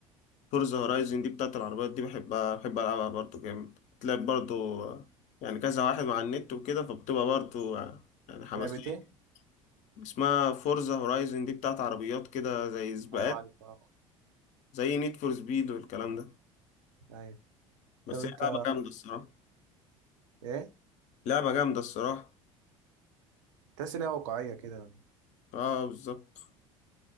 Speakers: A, on the left (about 45°); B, on the right (about 65°).
A: فورزا هورايزن دي بتاعت العربيات دي بحبها بحب ألعبها برضه جامد تلعب برضه آه، يعني كذا واحد مع النت وكده فبتبقى برضه آه، يعني حماسية
B: لعبة إيه؟
A: اسمها فورزا هورايزن دي بتاعت عربيات كده زي سباقات
B: ايوه عارف اه
A: زي نيد فور سبيد والكلام ده
B: أيوة
A: بس
B: طب أنت
A: هي لعبة جامدة الصراحة
B: إيه؟
A: لعبة جامدة الصراحة
B: تحس إن هي واقعية كده
A: اه بالظبط